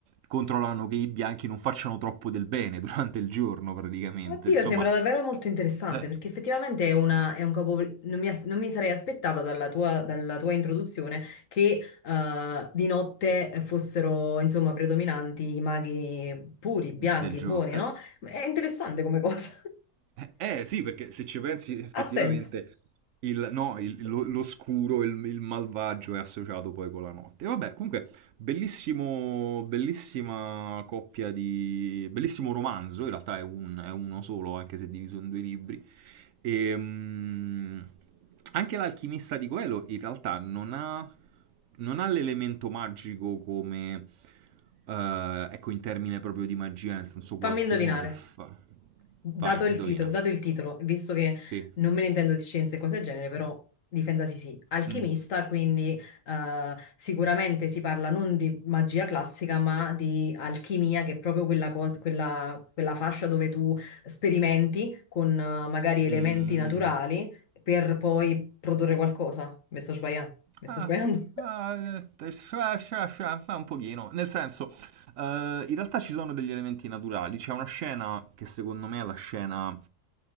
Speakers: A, on the right (about 70°); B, on the left (about 75°).
A: controllano che i bianchi non facciano troppo del bene durante il giorno, praticamente,
B: Oddio,
A: insomma,
B: sembra davvero molto interessante
A: eh,
B: perché effettivamente è, una, è un capo... Non mi, as- non mi sarei aspettata dalla tua, dalla tua introduzione che eh, di notte fossero insomma predominanti i maghi puri, bianchi,
A: del giorno.
B: buoni, no? È interessante come cosa. <laughs>
A: Eh eh, sì, perché se ci pensi effettivamente
B: Ha senso.
A: il- no, il- lo, l'oscuro, il, il malvagio è associato poi con la notte. E vabbè, comunque bellissimo, bellissima coppia di... bellissimo romanzo, in realtà è, un- è uno solo, anche se diviso in due libri. E, mm, anche l'alchimista di Coelho in realtà non ha, non ha l'elemento magico come... eh, ecco, in termine proprio di magia, nel senso qualcuno
B: Fammi indovinare.
A: che fa...
B: Dato
A: Vai,
B: il
A: indovina.
B: titolo, dato il titolo, visto che
A: Sì.
B: non me ne intendo di scienze e cose del genere, però difendasi sì, alchimista,
A: Mm.
B: quindi eh, sicuramente si parla non di magia classica, ma di alchimia, che è proprio quella, cosa, quella, quella fascia dove tu sperimenti con eh, magari elementi
A: Mm.
B: naturali per poi produrre qualcosa. Mi sto sbagliando? Mi
A: Ah,
B: sto sbagliando? <laughs>
A: ah, eh, scia, scia, scia, ma un pochino. Nel senso, eh, in realtà ci sono degli elementi naturali. C'è una scena che secondo me è la scena